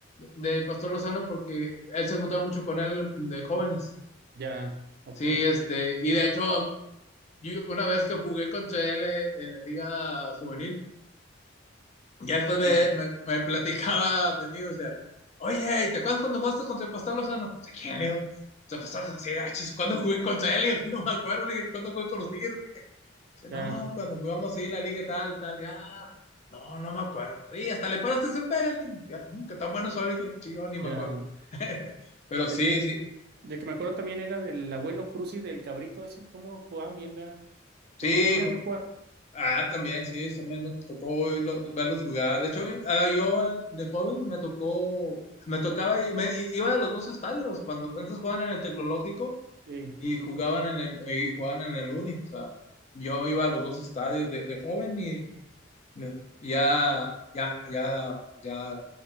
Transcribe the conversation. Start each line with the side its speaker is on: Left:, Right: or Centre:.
Left: del Pastor Lozano porque él se juntaba mucho con él de jóvenes.
Right: ya, ok.
Left: Sí, este, y de hecho, yo una vez que jugué contra él eh, en la liga juvenil, ya después me,
Right: ¿En qué?
Left: me, me platicaba mi amigo y decía, oye, ¿y te acuerdas cuando jugaste contra el Pastor Lozano? ¿Contra quién, le digo Contra el Pastor Lozano. Sí, ah, chis, ¿cuándo jugué contra él? <laughs> Le digo, no me acuerdo, le dije, ¿cuándo jugué con los Tigres? Le dije, dice, no,
Right: Ya,
Left: cuando jugamos ahí en la liga tal, tal, ya. No, no me acuerdo. Sí, hasta le paraste su penalti. Ya, mm, que tan bueno soy que chido, ni me
Right: ya.
Left: acuerdo. Pero
Right: El
Left: sí,
Right: que,
Left: sí,
Right: de que me acuerdo también era del abuelo Cruz y del cabrito, ese, cómo jugaban bien, ¿verdad?
Left: sí,
Right: ¿Te tocó verlos
Left: ju-
Right: jugar?
Left: Ah, también, sí, también me tocó oírlo- verlos jugar. De hecho, ah, yo eh, de joven me tocó, me tocaba y me y- iba a los dos estadios. Cuando antes jugaban en el Tecnológico
Right: Sí.
Left: y jugaban en el y jugaban en el Uni. O sea, yo iba a los dos estadios de, de joven y me- ya, ya, ya, ya